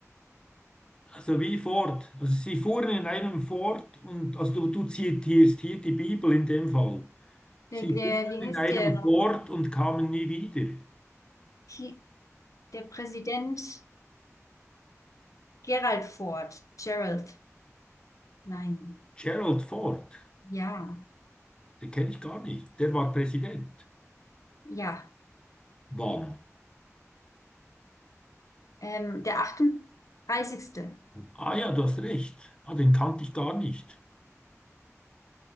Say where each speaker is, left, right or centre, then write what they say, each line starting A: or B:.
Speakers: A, on the left; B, on the left.
A: also wie Ford. Also sie fuhren in einem Ford und, also du, du zitierst hier die Bibel in dem Fall. Sie
B: Der, der,
A: fuhren
B: wie
A: in
B: heißt
A: einem
B: der noch?
A: Ford und kamen nie wieder.
B: Hi- Der Präsident Gerald Ford. Gerald. Nein.
A: Gerald Ford,
B: Ja.
A: den kenne ich gar nicht. Der war Präsident.
B: Ja.
A: Wann?
B: Ähm, der achtunddreißigste
A: Ah ja, du hast recht. Ah, den kannte ich gar nicht.